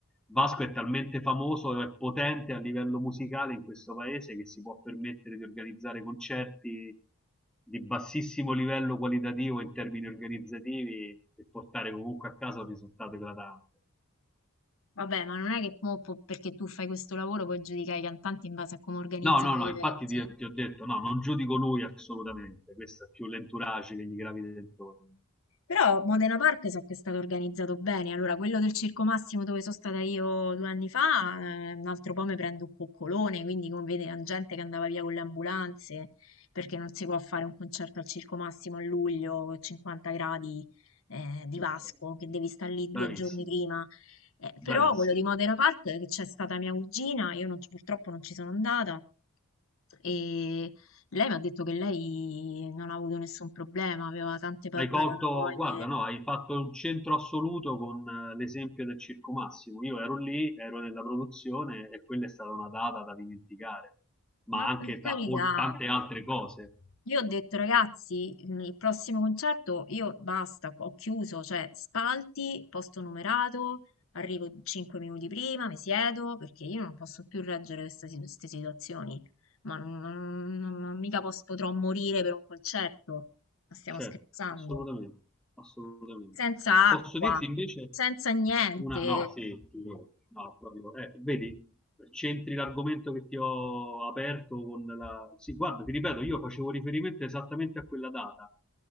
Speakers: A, in the centre; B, on the left.
A: Vasco è talmente famoso e potente a livello musicale in questo paese che si può permettere di organizzare concerti di bassissimo livello qualitativo in termini organizzativi e portare comunque a casa un risultato eclatante.
B: vabbè, ma non è che mo po- perché tu fai questo lavoro puoi giudicare i cantanti in base a come organizzano
A: No, no, no,
B: gli eventi.
A: infatti ti, ti ho detto, no, non giudico lui assolutamente, questo è più l'entourage che gli gravita intorno.
B: Però Modena Park so che è stato organizzato bene, allora quello del Circo Massimo dove sono stata io due anni fa, eh, un altro po' mi prendo un coccolone, quindi come vede la gente che andava via con le ambulanze, perché non si può fare un concerto al Circo Massimo a luglio, con 50 gradi eh, di
A: Perfetto.
B: Vasco, che devi stare lì
A: Bravissimo,
B: due giorni prima. Eh,
A: bravissimo.
B: però quello di Modena Park, che c'è stata mia cugina, io non ci- purtroppo non ci sono andata, e lei mi ha detto che lei non ha avuto nessun problema, aveva tante pa-
A: Hai colto,
B: paranoie.
A: guarda, no, hai fatto un centro assoluto con eh, l'esempio del Circo Massimo. Io ero lì, ero nella produzione e quella è stata una data da dimenticare, ma
B: Ma
A: anche
B: per carità,
A: ta- o- tante altre cose.
B: io ho detto ragazzi, mm, il prossimo concerto io basta, ho chiuso, cioè spalti, posto numerato, arrivo 5 minuti prima, mi siedo, perché io non posso più reggere queste, si- queste situazioni. Ma non, non- non- non mica pos- potrò morire per un concerto. Ma stiamo
A: Certo,
B: scherzando.
A: assolutamente, assolutamente.
B: Senza
A: Posso
B: acqua,
A: dirti invece
B: senza niente.
A: una, no, sì, figurati, no, no, proprio, eh, vedi, c'entri l'argomento che ti ho aperto con la... Sì, guarda, ti ripeto, io facevo riferimento esattamente a quella data.